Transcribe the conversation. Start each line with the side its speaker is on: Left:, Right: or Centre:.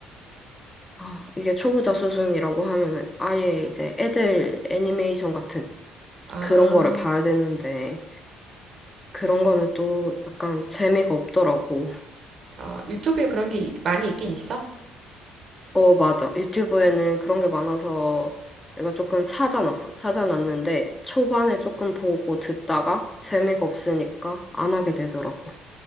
Left: 아, 이게 초보자 수준이라고 하면은 아예 이제 애들 애니메이션 같은
Right: 아.
Left: 그런 거를 봐야 되는데 그런 거는 또 약간 재미가 없더라고.
Right: 아, 유튜브에 그런 게 있- 많이 있긴 있어?
Left: 어, 맞아. 유튜브에는 그런 게 많아서 내가 조금 찾아놨어. 찾아놨는데 초반에 조금 보고 듣다가 재미가 없으니까 안 하게 되더라고.